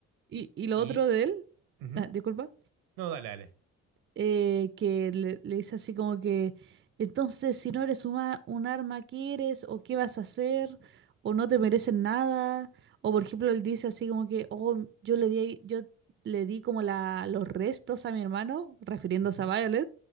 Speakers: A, on the right; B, on the right.
A: Y, y lo
B: Y...
A: otro de él,
B: ujú,
A: ah, disculpa,
B: No, dale, dale.
A: eh, que le, le dice así como que, entonces si no eres una- un arma, ¿qué eres? ¿O qué vas a hacer? ¿O no te merecen nada? O por ejemplo, él dice así como que, oh, yo le di, yo le di como la, los restos a mi hermano, refiriéndose
B: Ujú,
A: a Violet,